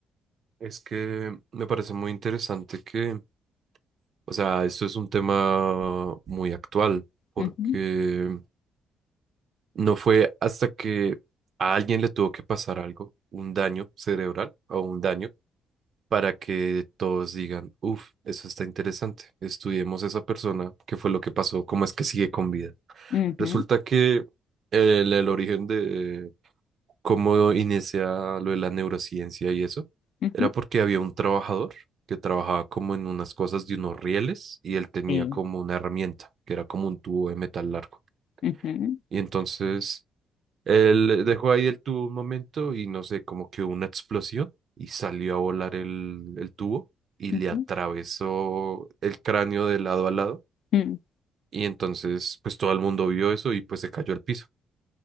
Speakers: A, on the right; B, on the left.
A: Es que me parece muy interesante que, o sea, esto es un tema muy actual, porque
B: Ujú,
A: no fue hasta que a alguien le tuvo que pasar algo, un daño cerebral o un daño para que todos digan, uff, eso está interesante, estudiemos a esa persona, qué fue lo que pasó, cómo es que sigue con vida.
B: ujú,
A: Resulta que eh, el, el origen de cómo inicia lo de la neurociencia y eso,
B: ujú,
A: era porque había un trabajador que trabajaba como en unas cosas de unos rieles y él tenía
B: Sí.
A: como una herramienta, que era como un tubo de metal largo.
B: ujú,
A: Y entonces él dejó ahí el tubo un momento y no sé, como que hubo una explosión y salió a volar el, el tubo y
B: ujú,
A: le atravesó el cráneo de lado a lado.
B: mm,
A: Y entonces, pues todo el mundo vio eso y pues se cayó al piso.